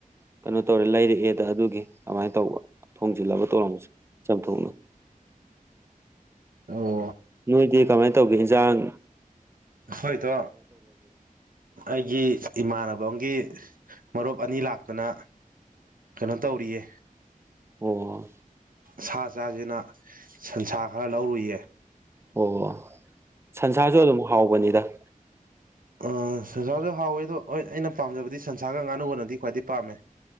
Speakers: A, on the right; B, on the right.
A: ꯀꯩꯅꯣ ꯇꯧꯔꯦ ꯂꯩꯔꯛꯑꯦꯗ ꯑꯗꯨꯒꯤ ꯑꯃꯥꯏꯅ ꯇꯧꯕ ꯊꯣꯡꯖꯤꯜꯂꯕ ꯇꯧ ꯂꯧꯅ ꯆꯥꯝꯊꯣꯡ ꯑꯣꯏꯅ꯫
B: ꯑꯣ
A: ꯅꯣꯏꯗꯤ ꯀꯃꯥꯏꯟ ꯫ ꯇꯧꯒꯦ ꯌꯦꯟꯁꯥꯡ
B: ꯍꯣꯏꯗꯣ ꯑꯩꯒꯤ ꯏꯃꯥꯟꯅꯕ ꯑꯃꯒꯤ ꯃꯔꯨꯞ ꯑꯅꯤ ꯂꯥꯛꯇꯅ ꯀꯩꯅꯣ ꯇꯧꯔꯤꯌꯦ
A: ꯑꯣ
B: ꯁꯥ ꯆꯥꯁꯤꯅ ꯁꯟꯁꯥ ꯈꯔ ꯂꯧꯔꯨꯏꯌꯦ
A: ꯑꯣ ꯁꯟꯁꯥꯁꯨ ꯑꯗꯨꯝ ꯍꯥꯎꯕꯅꯤꯗ <inaudible>
B: ꯑ ꯁꯟꯁꯥꯔꯁꯨ ꯍꯥꯎꯋꯦ ꯑꯗꯣ ꯍꯣꯏ ꯑꯩꯅ ꯄꯥꯝꯖꯕꯗꯤ ꯁꯟꯁꯥꯒ ꯉꯥꯅꯨꯅꯗꯤ ꯈ꯭ꯋꯥꯏꯗꯒꯤ ꯄꯥꯝꯃꯦ